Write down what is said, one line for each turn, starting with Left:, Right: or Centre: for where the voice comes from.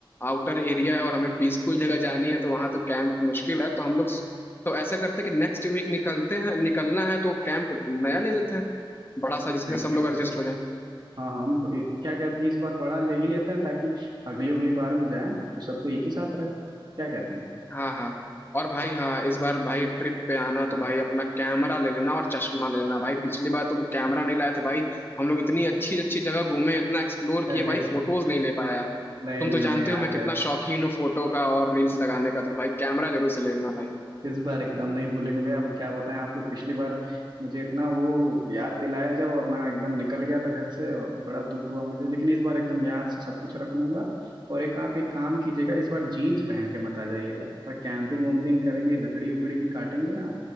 Left: आउटर एरिया है और हमें पीसफुल जगह जानी है तो वहां तो कैंप मुश्किल है तो हम लोग तो ऐसा करते हैं कि नेक्स्ट वीक निकलते हैं निकलना है तो कैंप नया ले लेते हैं बड़ा सा जिसमें
Right: नहीं,
Left: सब
Right: ये
Left: लोग
Right: भी
Left: एडजस्ट
Right: सही
Left: हो जाए
Right: हाँ हाँ ब- ये- क्या कहते हैं इस बार बड़ा ले ही लेते हैं ताकि अगली अगली बार भी जाएं तो सबको एक ही साथ रहे क्या कहते हैं
Left: हाँ हाँ और भाई हाँ इस बार भाई ट्रिप पे आना तो भाई अपना कैमरा ले लेना और चश्मा ले लेना भाई पिछली बार तुम कैमरा नहीं लाए थे भाई हम लोग इतनी अच्छी अच्छी जगह घूमे इतना एक्सप्लोर
Right: अरे
Left: किए भाई
Right: भैया
Left: फोटोज नहीं ले पाया यार
Right: नहीं
Left: तुम
Right: नहीं
Left: तो जानते
Right: हमें याद
Left: हो मैं कितना
Right: है
Left: शौकीन हूँ फोटो का और रील्स लगाने का तो भाई कैमरा जरूर से ले लेना भाई
Right: इस बार एकदम नहीं भूलेंगे भैया हम क्या बताएं आप लोग पिछली बार मुझे इतना वो याद दिलाया जब और मैं एकदम निकल गया था घर से और बड़ा दुख हुआ मुझे लेकिन इस बार एकदम याद से सब कुछ रख लूंगा और एक आप एक काम कीजिएगा इस बार जीन्स पहन के मत आ जाइएगा थोड़ा कैंपिंग वैम्पिंग करेंगे लकड़ी उकड़ी भी काटेंगे ना